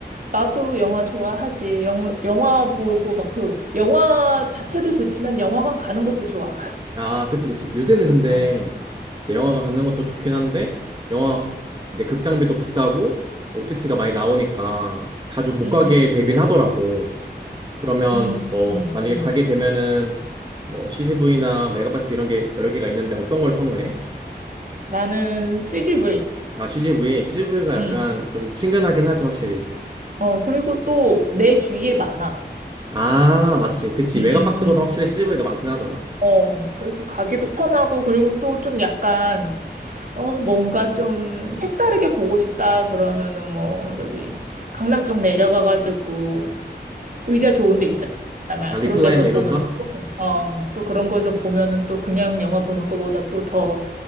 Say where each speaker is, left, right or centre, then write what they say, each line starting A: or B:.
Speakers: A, on the right (about 50°); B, on the right (about 25°).
A: 나도 영화 좋아하지. 영, 영화 보고 막 그 영화 자체도 좋지만 영화관 가는 것도 좋아.
B: 아, 그치, 그치. 요새는 근데
A: 어. <laughs>
B: 이제 영화가 갖는 것도 좋긴 한데 영화 이제 극장비도 비싸고 OTT가 많이 나오니까 자주 못
A: 음.
B: 가게 되긴 하더라고. 그러면
A: 음.
B: 뭐
A: 음.
B: 만약에
A: 음.
B: 가게 되면은 뭐 CGV나 메가박스 이런 게 여러 개가 있는데 어떤 걸 선호해?
A: 나는 CGV.
B: 아, CGV. CGV가 약간
A: 음.
B: 좀 친근하긴 하지, 확실히.
A: 어, 그리고 또 내 주위에 많아.
B: 아, 맞지. 그치.
A: 음,
B: 메가박스보다
A: 음, 음,
B: 확실히
A: 음.
B: CGV가 많긴 하더라.
A: 어, 그래서 가기도 편하고, 그리고 또 좀 약간, 어, 뭔가 좀 색다르게 보고 싶다, 그러면은 뭐, 저기, 강남 쪽 내려가가지고, 의자 좋은 데 있잖아.
B: 아, 리클라이너
A: 그런 데서 보면은
B: 이런다?
A: 또, 어, 또 그런 거에서 보면은 또 그냥 영화 보는 거보다 또 더